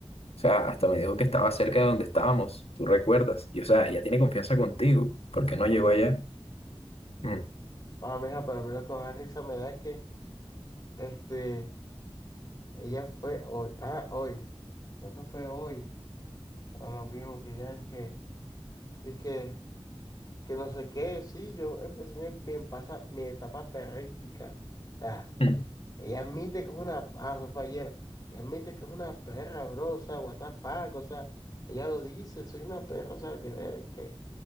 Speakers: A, on the left; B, on the left.
A: sea, hasta me dijo que estaba cerca de donde estábamos, tú recuerdas, y o sea, ella tiene confianza contigo, ¿por qué no llegó allá? Mm,
B: ah, mija, para mí lo que más risa me da es que, este, ella fue hoy, ah, hoy, creo que fue hoy, cuando nos vimos que ella es que, es que, que no sé qué, sí, yo empecé mi, mi, pasa- mi etapa perrística. O sea,
A: mm,
B: ella admite que es una, ah, eso fue ayer, ella admite que es una perra, bro, o sea, what the fuck, o sea, ella lo dice, soy una perra, o sea, que ver, que